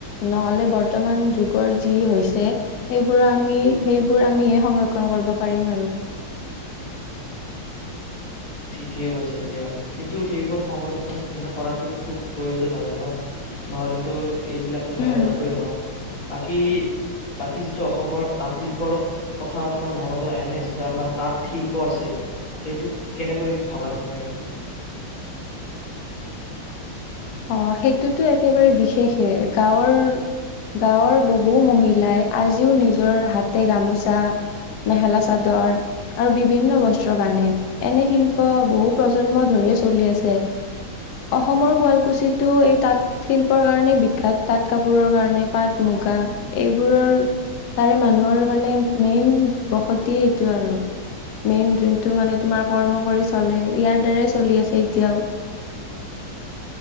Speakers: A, on the left (about 75°); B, on the left (about 45°).
A: নহলে বৰ্তমান যুগৰ যি হৈছে সেইবোৰ আমি সেইবোৰ আমি সংৰক্ষণ কৰিব পাৰিম আৰু
B: ঠিকেই কৈছে দিয়া কিন্তু সেইবোৰ সংৰক্ষণ মানে কৰাটো খুব প্ৰয়োজন আৰু ন নহলেতো এইবিলাকটো হেৰাই
A: উম,
B: যাবই ন বাকী বাকী যিটো অসমৰ তাঁতশিল্পৰ কথাত তোমাৰ মনত আহেনে যেতিয়া আমাৰ তাত শিল্প আছে সেইটো কেনেকৈ ভাবা তুমি আৰু
A: অ সেইটোতো একেবাৰে বিশেষে গাঁৱৰ গাঁৱৰ বহু মহিলাই আজিও নিজৰ হাতে গামোচা মেখেলা চাদৰ আৰু বিভিন্ন বস্ত্ৰ বানে এনে শিল্প বহু প্ৰজন্ম ধৰিয়ে চলি আছে অসমৰ শুৱাল কুচি টো এই তাঁত শিল্পৰ কাৰণে বিখ্যাত তাঁত কাপোৰৰ কাৰণে পাট মুগা এইবোৰৰ তাৰে মানুহৰ মানে মেইন বসতিয়ে এইটো আৰু মেইন যোনটো টো মানে তোমাৰ কৰ্ম কৰি চলে ইয়াৰ দ্বাৰাই চলি আছে এতিয়াও